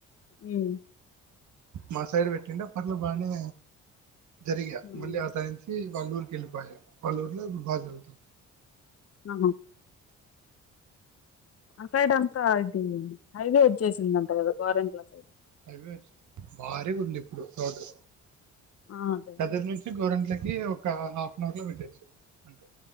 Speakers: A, on the left; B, on the right.
A: ఉ
B: మా సైడ్ పెట్టిండే పర్లు బాగానే జరిగా
A: ఉమ్
B: మళ్ళీ ఆతనించి వాళ్ళ ఊరికి వెళ్లిపోయ వాళ్ల ఊరిలో బాగ జరుగుతుంది
A: ఆ ఆ సైడ్ అంతా ఇది హైవే వచేసిందంట కదా గోరంట్ల సైడ్
B: హైవే వ భారీగా ఉంది ఇప్పుడు రోడ్డు
A: ఆ అదే
B: కదిరి
A: అదే
B: నుంచి గోరెంట్లకి కి ఒక హాఫ్ అన్ అవర్ లో పెట్టచ్చు అంటే